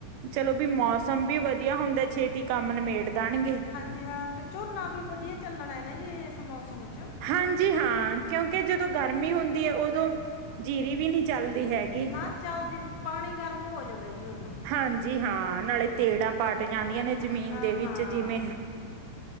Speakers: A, on the right; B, on the left.
A: ਚਲੋ ਬੀ ਮੌਸਮ ਵੀ ਵਧੀਆ ਹੁੰਦਾ, ਛੇਤੀ ਕੰਮ ਨਿਮੇੜ ਦੇਣਗੇ।
B: ਅੱ ਤੇ ਝੋਨਾ ਵੀ ਵਧੀਆ ਚੱਲਣਾ ਹੈ ਨਾ ਜੀ, ਇਸ ਮੌਸਮ ਚ?
A: ਹਾਂਜੀ ਹਾਂ, ਕਿਉਂਕਿ ਜਦੋਂ ਗਰਮੀ ਹੁੰਦੀ ਏ ਉਦੋਂ, ਜੀਰੀ ਵੀ ਨਈ ਚੱਲਦੀ ਹੈਗੀ।
B: ਨਾ ਚੱਲਦੀ, ਪਾਣੀ ਗਰਮ ਹੋ ਜਾਂਦਾ ਜੀ ਉਡੋਂ।
A: ਹਾਂਜੀ ਹਾਂ, ਨਾਲੇ ਤੇੜਾਂ ਪਾਟ ਜਾਂਦੀਆਂ
B: ਅ-
A: ਨੇ, ਜ਼ਮੀਨ
B: ਹਾਂ
A: ਦੇ ਵਿੱਚ
B: ਹਾਂ
A: ਜਿਵੇਂ।